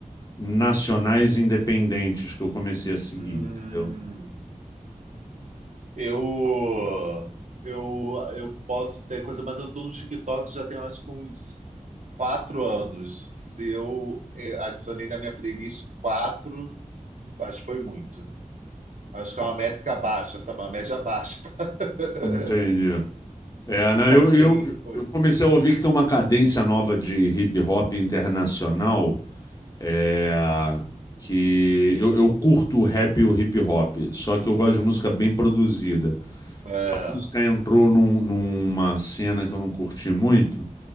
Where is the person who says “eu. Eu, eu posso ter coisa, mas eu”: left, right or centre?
Right